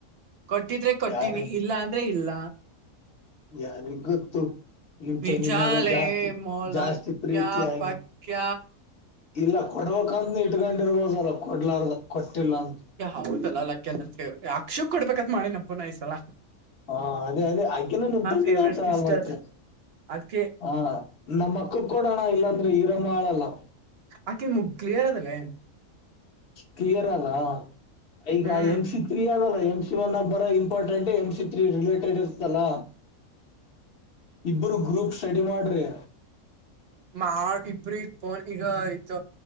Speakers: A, on the right; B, on the left.
A: ಕೊಟ್ಟಿದ್ರೆ ಕೊಟ್ಟೀನಿ
B: ಯಾರ
A: ಇಲ್ಲ ಅಂದ್ರೆ ಇಲ್ಲ
B: ಯಾರಿಗ್ ಗೊತ್ತು ನಿಮ್
A: ನಿಜಾಲೇ
B: ತಂಗಿ ಮ್ಯಾಗ ಜಾಸ್ತಿ
A: ಮೊಲಕ್ಯ
B: ಜಾಸ್ತಿ ಪ್ರೀತಿಯಾಗಿ
A: ಪಕ್ಯ
B: ಇಲ್ಲ ಕೊಡ್ಬೇಕಂತ ಇಟ್ಕೊಂಡಿರ್ಬೋದಲ್ಲ ಕೊಡ್ಲಾರ್ದ ಕೊಟ್ಟಿಲ್ಲ ಅಂತ
A: ಹೌದಲ್ಲ ಅಲ್ಲ ಕೆಲ್ಲ ಯಕ್ಷುಕ್ ಕೊಡ್ಬೇಕತ್ ಮಾಡಿ ನಪ್ಪುನಾಯಸಲ
B: ಹಾ ಅದೇ ಅದೇ ಆ್ಕನ ನಿಮ ತಂಗನ್
A: ಫೇವ್ರೇಟ್
B: ಆತ
A: ಸಿಸ್ಟರ್
B: ಅಲ್ ಮತ್ತೆ
A: ಅದ್ಕೆ
B: ಹ ನಮ್ಮ ಅಕ್ಕಕ್ ಕೊಡೋಣ ಇಲ್ಲಾಂದ್ರೆ ಈರ ಮಾಳಲ್ಲ
A: ಆಕನ್ ಮುಗ ಕ್ಲಿಯರ್ ಅದಲ್ಲೇ
B: ಕ್ಲಿಯರ್ ಅಲ್ಲ ಈಗ
A: ಹ್ಮ್
B: ಎಂ ಸಿ ತ್ರೀ ಅಲ್ಲ ಎ ಎಂ ಸಿ ಒನ್ ಅಬ್ಬರ important M C three related ಇರ್ತಲ್ಲ ಇಬ್ಬರು ಗ್ರೂಪ್ ಸ್ಟಡಿ ಮಾಡ್ರಿ
A: ಮಾ ಇಬ್ರಿ ಪೋನ್ ಈಗ ಆಯತ